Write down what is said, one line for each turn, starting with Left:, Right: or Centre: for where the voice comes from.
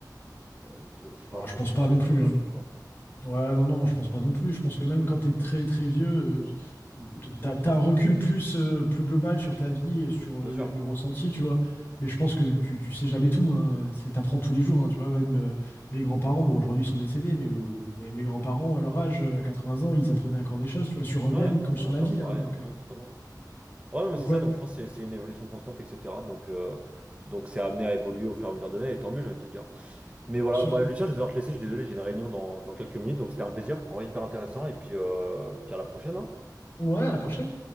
Right: euh, tu- je, enfin,
Left: Alors,
Right: je
Left: je
Right: pense
Left: pense
Right: que
Left: pas
Right: t'es,
Left: non plus.
Right: ton avis là-dessus,
Left: hein.
Right: tu vois.
Left: Ouais, non, non, je pense pas non plus. Je pense que même quand t'es très très vieux, euh, t'as, t'as un recul plus, euh, plus global sur ta vie et sur
Right: Bien
Left: euh, le,
Right: sûr.
Left: le ressenti, tu vois. Mais je pense que tu, tu sais jamais tout, hein. C'est, t'apprends tous les jours, hein, tu vois. Même euh, mes grands-parents, bon, aujourd'hui ils sont décédés, mais euh, mes, mes grands-parents, à leur âge, euh, à 80 ans, ils apprenaient encore des choses, tu vois, sur eux-mêmes
Right: Ouais, bah,
Left: comme
Right: mon
Left: sur
Right: grand-père,
Left: la vie,
Right: c'est
Left: hein.
Right: pareil,
Left: donc,
Right: hein,
Left: euh,
Right: ouais, totalement. Ouais, non, mais
Left: donc
Right: c'est ça,
Left: ouais,
Right: donc je pense que c'est c'est une évolution constante, etc. Donc, euh, donc c'est amené à évoluer au fur et à mesure des années, et tant mieux, j'ai envie de te dire. Mais voilà,
Left: bien sûr.
Right: bah, Lucien, je vais devoir te laisser, je suis désolé, j'ai une réunion dans, dans quelques minutes, donc c'était un plaisir, en vrai, hyper intéressant, et puis, euh, puis à la prochaine, hein.
Left: Ouais, à la prochaine.